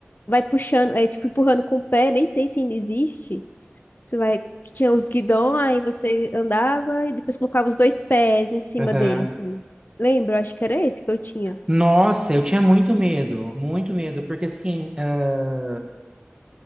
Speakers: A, on the left; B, on the right.
A: vai puxando, é tipo empurrando com o pé, nem sei se ainda existe. Você vai, que tinha os guidões, aí você andava e depois colocava os dois pés em cima
B: Aham.
A: dele, assim. Lembro, acho que era esse que eu tinha.
B: Nossa, eu tinha muito medo, muito medo, porque assim. ah,